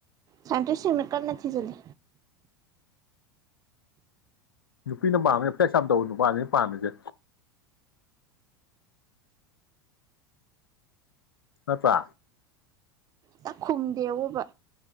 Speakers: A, on the right (about 30°); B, on the left (about 75°).
A: ꯁꯥꯏꯟꯇꯤꯁꯁꯤꯡꯃꯦ ꯀꯔꯅ ꯆꯂ
B: ꯅꯨꯄꯤꯅ ꯄꯥꯝꯃꯦ ꯑꯦ ꯄ꯭ꯂꯥꯏꯁꯥꯝ ꯇꯧꯕ ꯅꯨꯄꯥꯅꯤꯅ ꯄꯥꯝꯃꯤꯁꯦ ꯍꯥꯄ
A: ꯁꯛ ꯈꯨꯝꯗꯦꯕꯣꯕ